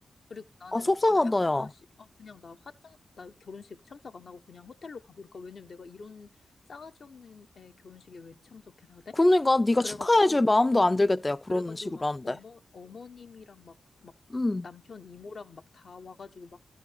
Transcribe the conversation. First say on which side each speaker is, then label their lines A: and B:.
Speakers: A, on the left; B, on the left.
A: 그리고 나는
B: 아, 속상하다,
A: 그냥 약간
B: 야.
A: 아, 씨, 아 그냥 나 화장 나 결혼식 참석 안 하고 그냥 호텔로 가버릴까? 왜냐면 내가 이런 싸가지 없는 애 결혼식에 왜 참석해야 돼?
B: 그러니까, 네가
A: 그래가지고,
B: 축하해줄 마음도
A: 어,
B: 안 들겠다,
A: 어,
B: 야. 그런
A: 그래가지고
B: 식으로
A: 막
B: 하는데.
A: 어머, 어머님이랑 막, 막
B: 응,
A: 남편 이모랑 막 다 와가지고 막,